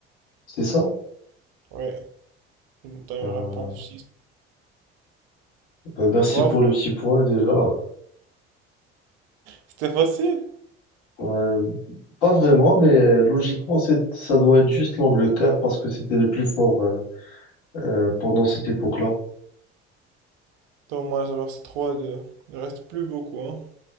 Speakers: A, on the left (about 70°); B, on the right (about 60°).
A: C'est ça?
B: oui. Dans
A: Euh,
B: une réponse juste.
A: bah, merci
B: Bravo.
A: pour le petit point déjà.
B: C'était facile.
A: Ouais, pas vraiment, mais logiquement, c'est, ça doit être juste l'Angleterre parce que c'était les plus forts euh, euh, pendant cette époque-là.
B: Dommage, alors c'est 3-2. Il reste plus beaucoup, hein.